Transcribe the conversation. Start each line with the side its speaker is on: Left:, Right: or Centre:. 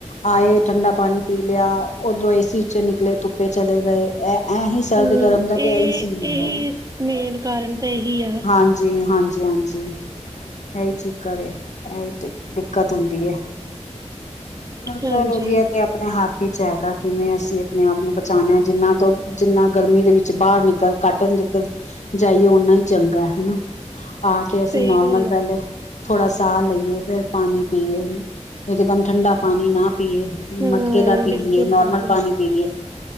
Left: ਆਏ ਠੰਡਾ ਪਾਣੀ ਪੀ ਲਿਆ ਓਧਰੋਂ ਏਸੀ ਚੋਂ ਨਿਕਲੇ ਧੁੱਪੇ ਚਲੇ ਗਏ ਐ ਐਹੀ ਸਰਦ
Right: ਹੂੰ,
Left: ਗਰਮ ਦਾ
Right: ਇਹ
Left: ਤੇ ਇਹੀ ਸੀਨ ਹੁੰਦਾ।
Right: ਇਹੀ ਮੇਨ ਕਾਰਨ ਤਾਂ ਇਹੀ ਆ।
Left: ਹਾਂਜੀ-ਹਾਂਜੀ-ਹਾਂਜੀ ਇਹੀ ਚੱਕਰ ਐ ਇਹੀ ਤੇ ਦਿੱਕਤ ਹੁੰਦੀ ਏ।
Right: ਹਾਂਜੀ,
Left: ਚਲੋ ਜੀ ਤੇ ਆਪ ਆਪਣੇ ਹੱਥ ਵਿਚ 'ਚ ਹੈਗਾ ਕਿਵੇਂ ਅਸੀਂ ਆਪਣੇ ਆਪ ਨੂੰ ਬਚਾਣਾ ਜਿੰਨਾ ਤੋਂ ਜਿੰਨਾ ਗਰਮੀ ਦੇ ਵਿੱਚ ਬਾਹਰ ਨਿਕਲ ਘੱਟ ਨਿਕਲ ਜਾਈਏ ਓਨਾ ਹੀ ਚੰਗਾ ਹਨਾ ਆ ਕੇ ਅਸੀਂ
Right: ਸਹੀ
Left: ਨੋਰਮਲ
Right: ਗੱਲ
Left: ਪੈਲੇ
Right: ਐ।
Left: ਥੋੜਾ ਸਾਹ ਲਈਏ ਫੇਰ ਪਾਣੀ ਪੀਏ। ਇਕਦਮ ਠੰਡਾ ਪਾਣੀ ਨਾ ਪੀਏ
Right: ਹੂੰ,
Left: ਮਟਕੇ ਦਾ ਪੀ
Right: ਬਿਲਕੁਲ-ਬਿਲਕੁਲ,
Left: ਲਈਏ ਨੋਰਮਲ ਪਾਣੀ ਪੀ ਲਈਏ।